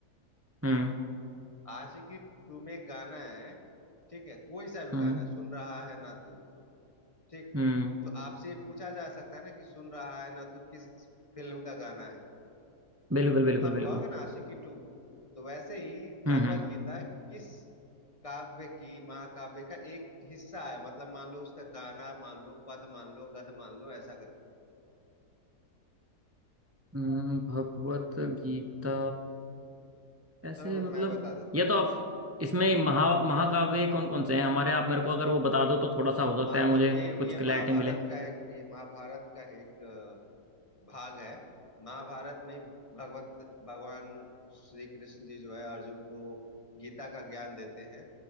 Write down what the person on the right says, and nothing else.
हम्म
हम्म
हम्म
बिल्कुल बिल्कुल
बिल्कुल
हम्म
हम्म
हम्म, भगवत गीता ऐसे
मतलब
ये
तो आप इसमें महा महाकाव्य कौन कौन से हैं हमारे आप मेरे को अगर वो बता दो तो थोड़ा सा हो सकता
है मुझे
कुछ
क्लैरिटी मिले